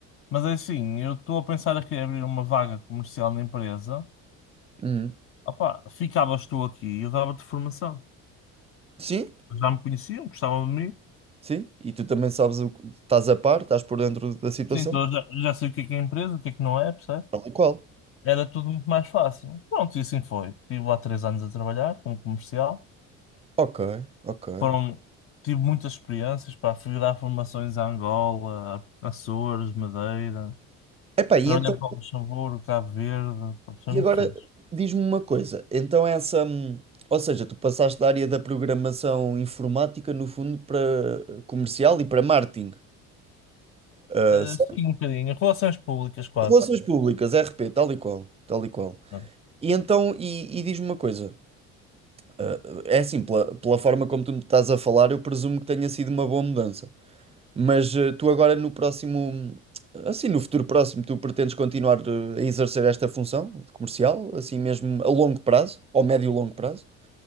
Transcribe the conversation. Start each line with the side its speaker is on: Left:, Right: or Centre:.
Left: mas é assim, eu estou a pensar aqui em abrir uma vaga comercial na empresa.
Right: Uhum.
Left: Ah pá, ficavas tu aqui e eu dava-te formação.
Right: Sim,
Left: Já me conheciam, gostavam de mim,
Right: sim, e tu também sabes o que estás a par, estás por dentro da situação,
Left: Sim, então já, já sei o que é que é empresa, o que é que não é, percebe?
Right: tal e qual.
Left: Era tudo muito mais fácil. Pronto, e assim foi. Estive lá três anos a trabalhar como comercial.
Right: Ok, ok, ok.
Left: Foram, tive muitas experiências, pá, fui dar formações a Angola, a Açores, Madeira.
Right: Epá, e
Left: Trabalhei
Right: então,
Left: para o Luxemburgo, Cabo Verde, pá, foi
Right: e
Left: muito
Right: agora
Left: fixe.
Right: diz-me uma coisa, então essa, hum, ou seja, tu passaste da área da programação informática, no fundo, para eh, comercial e para marketing, Ah,
Left: Eh,
Right: certo?
Left: sim, um bocadinho. Relações públicas quase.
Right: Relações públicas, RP, tal e qual, tal e qual.
Left: Não.
Right: E então, e, e diz-me uma coisa. Ah, É assim, pela, pela forma como tu me estás a falar, eu presumo que tenha sido uma boa mudança. Mas eh, tu agora no próximo, assim, no futuro próximo, tu pretendes continuar eh, a exercer esta função de comercial, assim mesmo a longo prazo, ou médio e longo prazo?